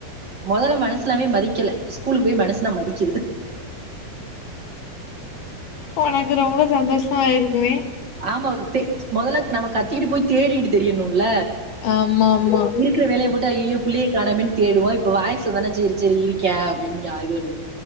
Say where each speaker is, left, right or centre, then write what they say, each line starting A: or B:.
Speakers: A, on the right; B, on the left.
A: மொதல்ல மனு சனாவே மதிக்கல ஸ்கூலுக்கு போய் மனுசனா மதிக்குது
B: உனக்கு ரொம்ப சந்தோஷமா ஆயிருக்குமே
A: ஆமா தெ மொதல்ல நாம கத்திக்கிட்டு போய் தேடிகிட்டு திரியணு ல்ல
B: ஆமா ஆமா
A: இருக்குற வேலைய போட்டு ஐயயோ புள்ளைய காணோமேன்னு தேடுவோ இப்ப வாய்ஸ் வந்த உடனே சேரி சேரி இரு க்கா அப்டின்னு யா இது பண்ணு